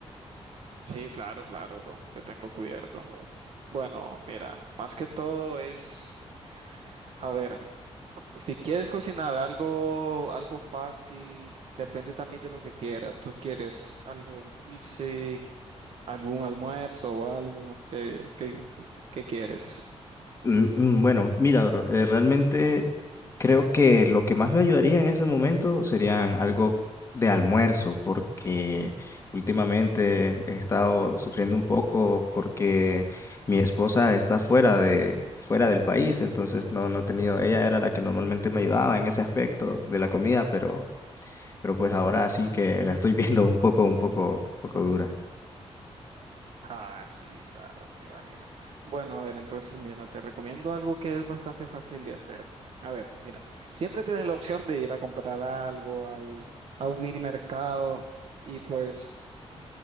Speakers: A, on the right; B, on the left.
A: sí, claro, claro, bro, te tengo cubierto. Bueno, mira, más que todo es, a ver, si quieres cocinar algo, algo fácil, depende también de lo que quieras. ¿Tú quieres algo dulce, algún almuerzo o algo? ¿Qué, qué, qué quieres?
B: Mm, mm, Bueno, mira, bro, eh, realmente creo que lo que más me ayudaría en ese momento serían algo de almuerzo, porque últimamente he estado sufriendo un poco porque mi esposa está fuera de, fuera del país, entonces no, no he tenido, ella era la que normalmente me ayudaba en ese aspecto de la comida, pero, pero pues ahora sí que la estoy <laughs> viendo un poco, un poco, un poco dura.
A: Ah, sí, claro, me imagino. Bueno, a ver, entonces mira, te recomiendo algo que es bastante fácil de hacer. A ver, mira, siempre tienes la opción de ir a comprar algo al, a un mini mercado y pues